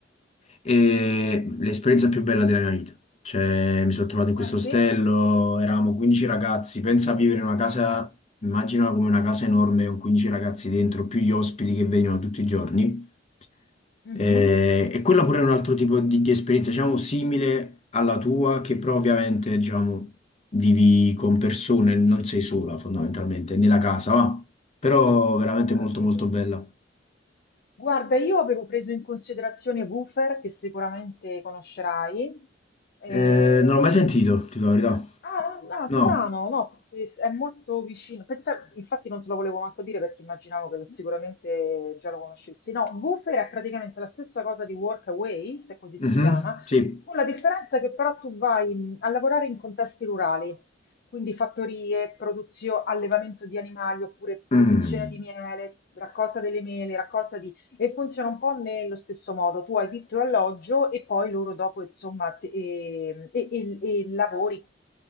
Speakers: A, on the left; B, on the left.
A: E l'esperienza più bella della mia vita. Cioè, mi sono trovato in questo
B: ah sì?
A: ostello, eravamo 15 ragazzi, pensa a vivere in una casa Immaginala come una casa enorme con 15 ragazzi dentro, più gli ospiti che vengono tutti i giorni.
B: Mhm,
A: Eh, e quella pure è un altro tipo di, di esperienza, diciamo, simile alla tua, che però ovviamente, diciamo, vivi con persone, non sei sola fondamentalmente, nella casa, va. Però veramente
B: Ho capito.
A: molto molto bella.
B: Guarda, io avevo preso in considerazione Woofer, che sicuramente conoscerai, eh,
A: Eh, non l'ho mai sentito, ti dico la verità.
B: Ah, no, no,
A: No.
B: strano, no, perché s- è molto vicino. Pensa- infatti non te lo volevo manco dire perché immaginavo che sicuramente già lo conoscessi. No, Woofer è praticamente la stessa cosa di Workaway, se così
A: Mhm,
B: si chiama,
A: Sì.
B: con la differenza che però tu vai mh, a lavorare in contesti rurali, quindi fattorie, produzione, allevamento di animali oppure produzione
A: Mm.
B: di miele, raccolta delle mele, raccolta di... e funziona un po' nello stesso modo. Tu hai vitto e alloggio e poi loro dopo, insomma, te- e e- e- e lavori